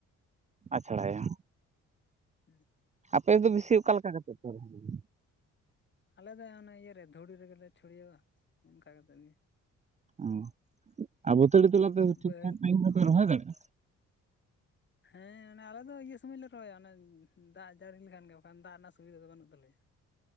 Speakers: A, on the right; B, on the left.
A: ᱟᱪᱷᱲᱟᱭᱟ
B: ᱦᱩᱸ ᱦᱩᱸ ᱾
A: ᱟᱯᱮᱫ ᱫᱚ ᱵᱮᱥᱤ ᱚᱠᱟ ᱞᱮᱠᱟ ᱠᱟᱛᱮᱜ ᱯᱮ ᱨᱚᱦᱚᱭ ᱜᱮᱭᱟ?
B: ᱟᱞᱮ ᱫᱚ ᱚᱱᱟ ᱤᱭᱟᱹ ᱨᱮ ᱫᱷᱩᱲᱤ ᱨᱮᱜᱮ ᱞᱮ ᱪᱷᱩᱲᱭᱟᱹᱣᱟ ᱚᱱᱠᱟ ᱠᱟᱛᱮᱫ ᱜᱮ ᱾
A: ᱚ, ᱟᱨ ᱵᱟᱹᱛᱟᱹᱲᱤ ᱛᱚᱞᱟ ᱛᱮᱦᱚᱸ ᱴᱷᱤᱠ
B: ᱵᱟᱹᱭᱦᱟᱹᱲ
A: ᱴᱷᱟᱠ ᱴᱟᱭᱤᱢ ᱨᱮᱯᱮ ᱨᱚᱦᱚᱭ ᱫᱟᱲᱮᱜᱼᱟ?
B: ᱦᱮᱸ, ᱚᱱᱮ ᱟᱞᱮ ᱫᱚ ᱤᱭᱟᱹ ᱥᱚᱢᱚᱭ ᱞᱮ ᱨᱚᱦᱚᱭᱟ ᱚᱱᱮ ᱫᱟᱜ ᱡᱟᱹᱲᱤ ᱞᱮᱠᱷᱟᱱ ᱜᱮ ᱵᱟᱠᱷᱟᱱ ᱫᱟᱜ ᱨᱮᱱᱟᱜ ᱥᱩᱵᱤᱫᱟ ᱫᱚ ᱵᱟᱹᱱᱩᱜ ᱛᱟᱞᱮᱭᱟ᱾